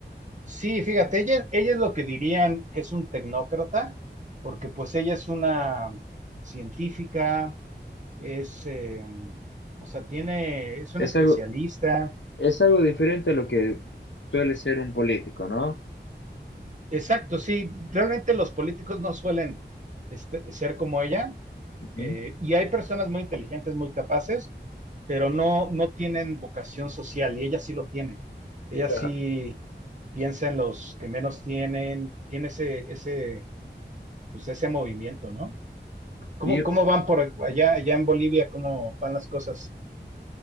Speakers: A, on the right; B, on the left.
A: Sí, fíjate, ella, ella es lo que dirían que es un tecnócrata, porque pues ella es una científica, es, eh, o sea, tiene, es una
B: Es
A: especialista.
B: algo. Es algo diferente a lo que suele ser un político, ¿no?
A: Exacto, sí, realmente los políticos no suelen este- ser como ella,
B: Ujú.
A: eh, y hay personas muy inteligentes, muy capaces, pero no, no tienen vocación social, y ella sí lo tiene. Ella
B: Claro.
A: sí piensa en los que menos tienen, tiene ese, ese, pues ese movimiento, ¿no? ¿Cómo,
B: Y yo,
A: cómo van por allá, allá en Bolivia? ¿Cómo van las cosas?